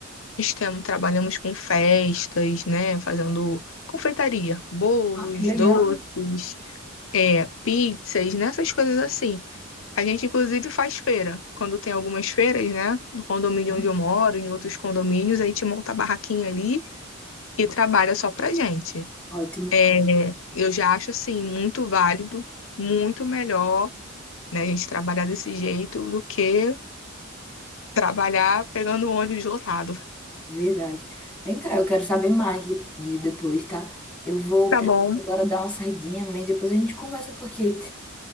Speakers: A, on the left; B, in the centre.
A: Estamos, trabalhamos com festas, né? Fazendo confeitaria, bolos,
B: Ah, que legal.
A: doces, é, pizzas, né? Essas coisas assim. A gente, inclusive, faz feira. Quando tem algumas feiras, né? No condomínio
B: Hum,
A: onde eu moro, em outros condomínios, a gente monta a barraquinha ali e trabalha só pra gente.
B: Ótimo,
A: É, eu já acho, assim, muito válido, muito melhor, né? A gente trabalhar desse jeito do que trabalhar pegando o ônibus lotado.
B: verdade. Vem cá, eu quero saber mais de, de depois, tá? Eu vou
A: Tá
B: precisar
A: bom,
B: agora dar uma saidinha, mas depois a gente conversa, porque